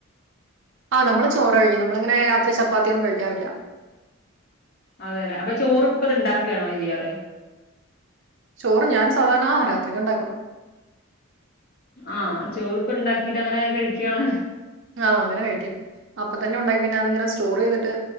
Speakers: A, on the right; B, on the left.
A: ആഹ് നമ്മള് ചോറ് കഴിക്കും നമ്മളിങ്ങനെ രാത്രി ചപ്പാത്തിയ ഒന്നും കഴിക്കാറില്ല
B: അതെലെ അപ്പൊ ചോറപ്പത് ഇണ്ടാക്കാണോ ചെയാറ്
A: ചോറ് ഞാൻ സാധാരണ ആ രാത്രിക്ക് ഉണ്ടാക്കും
B: ആഹ് ചോറിപ്പ ഇണ്ടാക്കിട്ട് അങ്ങനെ കഴിക്കാണ്
A: ആഹ് അങ്ങനെ കഴിക്കും അപ്പൊ തന്നെ ഉണ്ടാക്കി പിന്നെ അതെങ്ങനെ സ് സ്റ്റോർ ചെയ്തിട്ട്